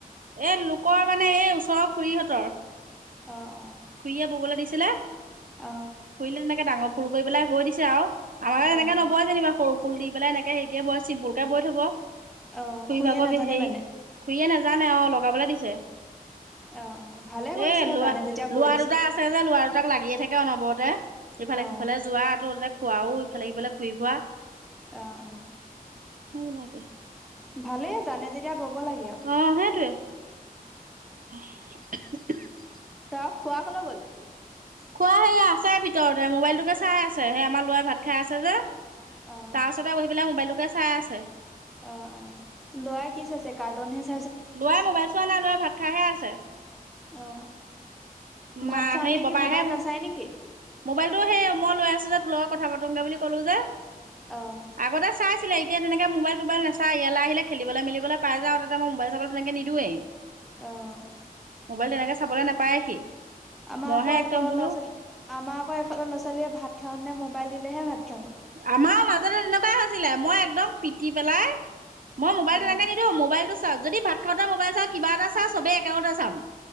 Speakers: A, on the right; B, in the centre.
A: এ লোকৰ মানে এই ওচৰৰ খুৰীহঁতৰ
B: অ অ
A: খুৰীয়ে ববলৈ দিছি ছিলে
B: অ
A: খুৰিলে তেনেকে ডাঙৰ ফুল কৰি পেলাই হৈ দিছে আৰু। আমাৰ
B: অ
A: এনেকে নবয় যেনিবা সৰু ফুল দি পেলাই এনেকে হেৰিকে বয় চিম্পুলকে বৈ থব।
B: অ
A: খুৰি
B: খুৰীয়ে
A: ভাগ
B: নাজানে
A: হেৰি
B: মানে
A: খুৰি নোজানে অ লগাবলে দিছে।
B: অ অ। ভালে
A: এ
B: কৰিছে
A: লৰা
B: জানে যেতিয়া বৈ
A: লৰা
B: দিছে
A: দুটা আছে যে লৰা দুটাক লাগিয়ে থাকে অনবৰতে। ইফালে
B: অ
A: সিফালে যোৱা আৰু তাতে খোৱাও ইফালে সিফালে ঘূৰি ফুৰা।
B: আহ আহ।
A: নব লাগে।
B: ভালে জানে যেতিয়া ব'ব লাগে আৰু।
A: অ সেইটোৱে। <inaudible>
B: ত খোৱা কলৈ গল
A: খুৰা সেই আছে ভিতৰতে, মোবাইলটোকে চাই আছে সেই আমাৰ লৰা ভাত খাই আছে যে। তাৰ
B: অ',
A: পাছতে বহি পেলাই মোবাইলটোকে চাই আছে।
B: অ, অ, লৰাই কি চাইছে কাৰ্টনহে
A: লৰাই মোবাইল চোৱা নাই, লৰাই ভাত খাইহে আছে।
B: অ, ভাত
A: মা
B: খাওঁ
A: হেৰি
B: নে কি
A: বাবাহে
B: মোবাইল নাচায় নেকি?
A: মোবাইলটো সেই মই লৈ আছোঁ যে তোৰ লগত কথা পাতমগৈ বুলি ক'লোঁ যে,
B: অ',
A: আগতে চাই ছিলে এতিয়া তেনেক মোবাইল-তোবাইল নাচায়, ইয়ালে আহিল খেলিবলৈ-মেলিবলৈ পাই যাও তাতে মই মোবাইল-চবাইল তেনেকে নিদিওয়ে।
B: আহ।
A: মোবাইল তেনেকে চাবলৈ নাপায় সি।
B: আমাৰ
A: মইহে
B: আকৌ
A: একদম
B: এফালে
A: বোলো
B: ল'ৰা-ছোৱালী, আমাৰ আকৌ এফালে ল'ৰা-ছোৱালীয়ে ভাত খাও নে মোবাইল দিলেহে ভাত খাব
A: আমাৰ মাজতে তেনেকুৱা হৈছিলে মই একদম পিটি পেলাই মই মোবাইলটো
B: অ',
A: এনে নিদিও মোবাইলটো চাওঁ, যদি ভাত খাওঁতে মোবাইল চাওঁ কিবা এটা চাও চবে একেলগতে চাম।